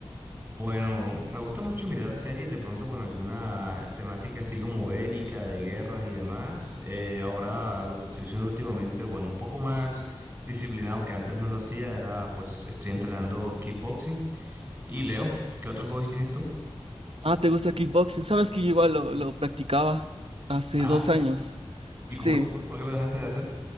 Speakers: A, on the right; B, on the right.
A: Bueno, me gusta mucho mirar series de pronto con alguna temática así como bélica, de guerras y demás. Eh, ahora lo que estoy haciendo últimamente, bueno, un poco más disciplinado que antes no lo hacía, era pues estoy entrenando kickboxing. Y Leo, ¿qué otros hobbies tienes tú?
B: Ah, ¿te gusta kickboxing? ¿Sabes que yo igual lo, lo practicaba hace
A: Ah,
B: dos
A: s-
B: años?
A: ¿y
B: Sí,
A: cómo te fue? ¿Por qué lo dejaste de hacer?